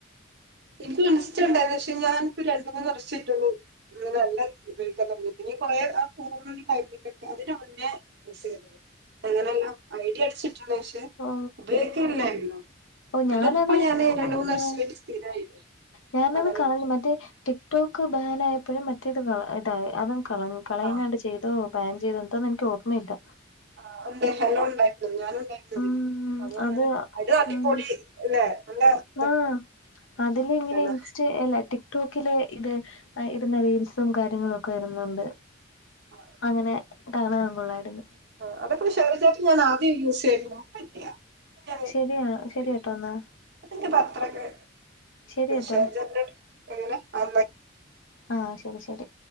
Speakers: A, on the right (about 60°); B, on the left (about 85°).
A: എനിക്കും ഇൻസ്റ്റ ഒണ്ടാരുന്നു. പഷേ ഞാൻ ഇപ്പോ രണ്ട് മൂന്ന് വർഷായിട്ടുള്ളു ഒരു നല്ല ഉപയോഗിക്കാൻ തൊടങ്ങി പിന്നെ കൊറെ ആഹ് കൊറോണെടെ ടൈമിലേക്കാ അതിന് മുന്നേ <unintelligible> അങ്ങനെല്ല ഐ ഡി അടിച്ചിട്ട്ണ് പഷേ
B: ഓ
A: ഉപയോഗിക്കല്ലാരുന്നു
B: ഓ ഞാനത്
A: ന്നട്ട് ഇപ്പോ ഞാന് രണ്ട് മൂന്ന് വർഷായിട്ട്
B: ആഹ്
A: സ്ഥിരായി
B: ഞാനത്
A: അതന്നെ
B: കാണ് മറ്റേ ടിക് ടോക്ക് ബാൻ ആയപ്പോഴും മറ്റ റ്റേത് കള ഇതായി അതും കളഞ്ഞു കളയങ്ങാണ്ട്
A: ആഹ്
B: ചെയ്തോ ബാൻ ചെയ്തോ എന്തോന്ന് എനിക്ക് ഓർമ്മയില്ല.
A: ആഹ് ഒണ്ടേ ഹലോ ഒണ്ടാരുന്നു ഞാനും ഉണ്ടായിരുന്നതില്
B: ഉം
A: അതും അങ്ങനെ
B: അത്
A: അതും അടിപൊളി
B: ഉം
A: <unintelligible>
B: ആഹ് അതില് ഇങ്ങനെ
A: ആണ്
B: ഇൻസ്റ്റ അല്ല ടിക് ടോക്കില് ഇത് ഇടുന്ന റീൽ സും കാര്യങ്ങളുവോക്കെ വരുന്നോണ്ട്
A: ആ,
B: അങ്ങനെ കാണാൻ കൊള്ളാരുന്നു.
A: ആഹ് അതപ്പോ ഷെയർ ചാറ്റ് ഞാൻ ആദ്യം യൂസ് ചെയ്തിരുന്നു ഇപ്പോ ഇല്ല. പിന്നെ
B: ശരിയാ ശരി കേട്ടോ എന്നാ
A: ഇൻക്ക് പത്രക്കെ
B: ശരി കേട്ടോ
A: ജന്റെ എങ്ങനെ ആ..
B: ആഹ ശരി ശരി..